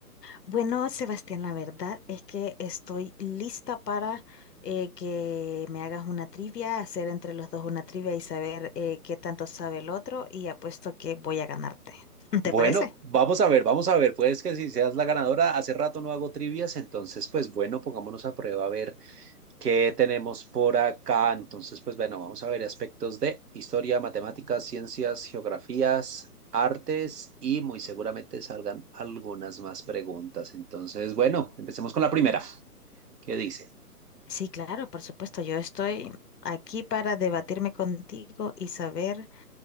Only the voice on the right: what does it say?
Bueno,
vamos a ver, vamos a ver. Puedes que si seas la ganadora, hace rato no hago trivias, entonces pues bueno, pongámonos a prueba a ver qué tenemos por acá. Entonces pues bueno, vamos a ver aspectos de historia, matemáticas, ciencias, geografías. artes y muy seguramente salgan algunas más preguntas. Entonces, bueno, empecemos con la primera. ¿Qué dice?